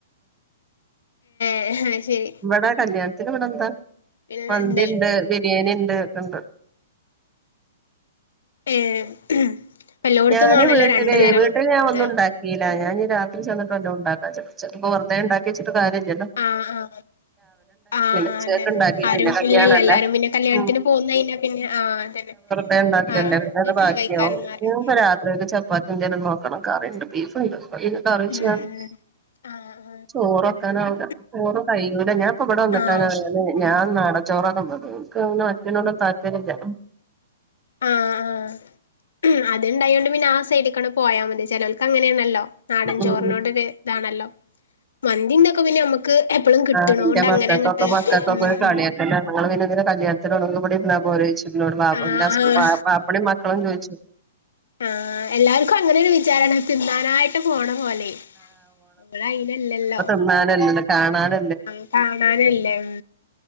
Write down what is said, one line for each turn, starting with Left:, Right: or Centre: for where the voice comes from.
Left: ഏഹ്, അയ്ശരി
Right: ഇവടെ കല്ല്യാൺത്തിന് വടെന്താ?
Left: പിന്നെ
Right: മന്തിണ്ട്,
Left: എന്താ
Right: ബിരിയാണിണ്ട് ഒക്കെണ്ട്
Left: ഏഹ് എല്ലോട്ത്തും
Right: ഞാന്
Left: ആണല്ലോ
Right: വീട്ട്ല്
Left: രണ്ടു തരം
Right: വീട്ടില് ഞാൻ
Left: ഇത്
Right: ഒന്നുണ്ടാ ക്കീല ഞാൻഞ്ഞി രാത്രി ചെന്നിട്ട് വല്ലോണ്ടാക്കാച്ച്, ഉച്ചക്ക്പ്പൊ വെറ്തെണ്ടാക്ക്യച്ചിട്ട് കാര്യല്ല്യല്ലോ.
Left: ആഹ്, ആഹ് ആഹ്, ആഹ്
Right: ഉച്ചേക്ക്
Left: അതെന്നെ
Right: ഇണ്ടാക്കി
Left: ആരും
Right: പിന്നെ കല്യാണല്ലേ
Left: ഇല്ല്യല്ലൊ എല്ലാരും പിന്നെ കല്ല്യാൺത്തിന്
Right: ഉം
Left: പോകുന്നഴിഞ്ഞാ പിന്നെ ആഹ് അതന്നെ
Right: തെണ്ടാക്കിടണ്ടേ,
Left: ആഹ്
Right: പിന്നെ
Left: വീട്ടില്
Right: അത് ബാക്കിയാവും.
Left: കഴിക്കാനും ആരും
Right: ഉം ഞ്ഞിപ്പൊരാത്രിക്കെക്ക് ചപ്പാത്തി എന്തേലും നോക്കണം കറിണ്ട് ബീഫ്ണ്ട് <unintelligible> കറിവെച്ച്
Left: ഉം
Right: <unintelligible>
Left: ഉം ആഹ് ആഹ്
Right: ചോറ് വക്കാനാവൂല
Left: ഉം
Right: ചോറ് കഴിയൂല ഞാപ്പവടെ വന്ന്ട്ടാ
Left: ആഹ്
Right: ഞാന് ഞാൻ നാട ചോറ തിന്നത് ക്ക്ന് മറ്റനോടൊന്നും താല്പര്യല്ല്യ.
Left: ആഹ്, ആഹ് അത്ണ്ടായൊണ്ട് പിന്നെ ആ സൈഡിക്കാണ് പോയാ മതി. ചെലോൽക്കങ്ങനെയാണല്ലോ. നാടൻ ചോറിനോടൊര്
Right: ഉം
Left: ഇതാണല്ലോ, മന്തിംതൊക്കെ പിന്നെ ഞമ്മ ക്ക് എപ്പളും കിട്ട്ണോണ്ടങ്ങനങ്ങട്ട്
Right: ആഹ് ഇന്റെ മക്കൾക്കൊക്കെ മക്കൾക്കൊക്കെ
Left: ഉം,
Right: ഒരു
Left: ഉം
Right: കളിയാക്കലാണ് നിങ്ങള് പിന്നെന്തിനാ കല്ല്യാൺത്തിന് പോണത്. ങ്ങക്ക് വിടിര്ന്നാ പോരോയ്ച്ചുന്നോട് വാ
Left: ആഹ്
Right: ൻ്റെ ഹസ്
Left: ആഹ്
Right: മാ മാപ്പളും മക്കളും ചോയിച്ചു
Left: ആ എല്ലാർക്കും അങ്ങനെ ഒരു വിചാരാണ് തിന്നാ നായിട്ട് പോണ പോലെ അമ്മള് അയിനല്ലല്ലോ
Right: ഉണ്ണാനല്ലല്ലൊ കാണാന
Left: ആ കാണാനല്ലേ ഉം